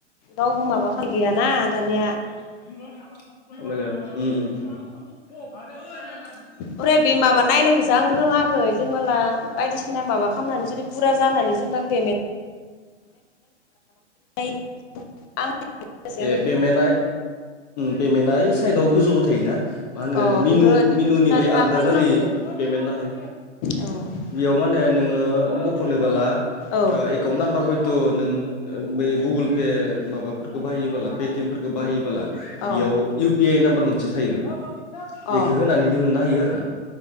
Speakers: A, on the left; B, on the left.
A: रावबो माब खालाम गैयाना दानिया।
B: <unintelligible>
A: ओरै बे माबा नायनायखौसो आं रोङाखै जेनेबोला बायदिसिना माबा खालामनानै जुदि फुरा जानानै जेनेबा <unintelligible> आं मिथियासै आरो
B: ए पेमेन्टआ पेमेन्टआ साइदआव गोजौआव थायोना। मा होनगोन
A: अ
B: मिनु
A: बेखौ बेखौ
B: मिनुनि
A: थुनानै
B: बै
A: मा
B: आगदाखालि
A: खालामनांगौ
B: पेमेन्ट नाथाय
A: औ
B: बेयाव माने नोङो बख'नोबोला
A: औ
B: एकाउन्ट नाम्बार हयथ' नों बै गुगोल पे माबाया बाहायोला पेटिएम फोरफोरखौ बाहायोबोला बेयाव
A: अ
B: इउ पि आइ नाम्बार मोनसे थायो आरो। बेखौ
A: अ
B: होनानै दिहुनना होयो आरो।